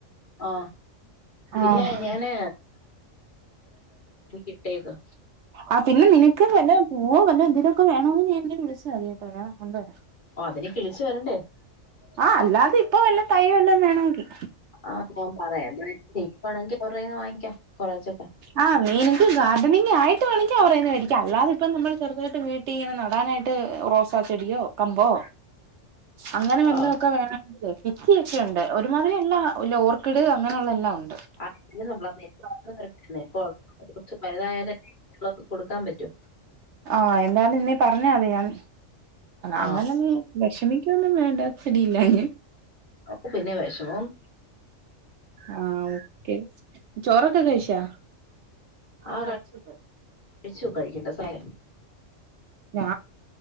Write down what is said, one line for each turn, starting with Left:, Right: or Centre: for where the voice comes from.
Left: ആ പിന്നെ
Right: ആഹ്
Left: ഞാന് ഇറ്റക്കു
Right: ആ പിന്നെ നിനക്ക് പോ വല്ലതും എന്തെലൊക്കെ വേണോകി എന്തെങ്കിലും വിളിച്ചാ മതീട്ടോ ഞാഞാൻ കൊണ്ടുവരാ
Left: ഓ അതിനി കിളിച്ചു വരണ്ടേ
Right: ആ
Left: <inaudible>
Right: അല്ലാതെ ഇപ്പൊ വല്ല തൈ വല്ലോം വേണമെങ്കിൽ
Left: ആ ഞാൻ പറയാം <unintelligible> അവരുന്ന് വാങ്ങിക്കാം കൊറേച്ചൊക്കെ
Right: ആഹ് വേണെങ്കിൽ ഗാർഡനിങ് ആയിട്ടുവേണോങ്കിൽ അവരെന്നു മേടിക്ക അല്ലാത ഇപ്പ നമ്മൾ ചെറുതയിട്ട് ഇങ്ങനെ നടാനായിട്ട് റോസ് ചെടിയോ കമ്പോ അങ്ങനെ വല്ലൊക്കെ
Left: ആഹ്
Right: വേണോങ്കിൽ ചെത്തി ഒക്കെ ഉണ്ട് ഒരുമാതിരി എല്ലോ <inaudible> ലോ ക്കിട് അങ്ങനെയുള്ള എല്ലാം ഉണ്ട്
Left: ആ എങ്കിലും നമ്മളത് നിനക്ക്
Right: <inaudible>
Left: തരട്ടെ. നിനക്ക് വളർന്ന് കുറച്ച് വലുതായാലേ മറ്റുള്ളവർക്ക് കൊടുക്കാൻ പറ്റൂ.
Right: ആ എന്താലും നീ പറഞ്ഞാ മതി ഞാൻ
Left: ആ
Right: അങ്ങനെ നീ വിഷമിക്കൊന്നും വേണ്ട ചാടി ഇല്ലാഞ്ഞ
Left: അപ്പൊ പിന്നെ വിഷമം
Right: ആഹ് ഓക്കെ ചോറൊക്കെ കഴിച്ചോ ആഹ്
Left: ആ
Right: കഴിച്ചു
Left: കഴിച്ചു കഴിക്കണ്ട നേരം ആയി
Right: ഞ